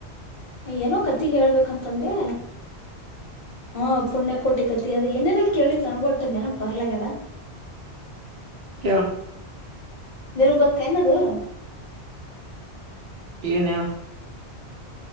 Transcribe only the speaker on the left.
ಏನೋ ಕತಿ ಹೇಳ್ಬೇಕಂತಂದೆ ಹು ಪುಣ್ಯಕೋಟಿ ಕತಿ ಅದ ಏನೇನ ಕೇಳಿದೆ ನನಗು ಅಟ್ಟೆ ನೆನಪುಬರಲಾಗದ
ನಿನ್ನಗೆ ಗೊತ್ತೇನದು